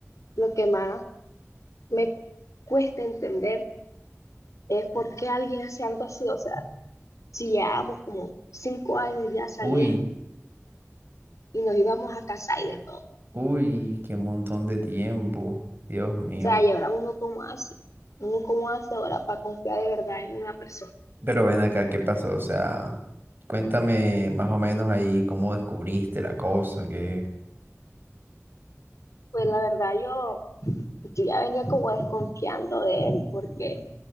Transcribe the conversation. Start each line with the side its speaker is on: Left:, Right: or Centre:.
Left: lo que más me cuesta entender es por qué alguien hace algo así. O sea, si llevábamos como cinco años ya saliendo
Right: Uy,
Left: y nos íbamos a casar y de todo.
Right: uy, qué montón de tiempo. Dios
Left: O
Right: mío.
Left: sea, y ahora uno cómo hace, uno cómo hace ahora para confiar de verdad en una persona.
Right: Pero ven acá, ¿qué pasó? O sea, cuéntame más o menos ahí cómo descubriste la cosa, que...
Left: Pues la verdad yo, yo ya venía como desconfiando de él porque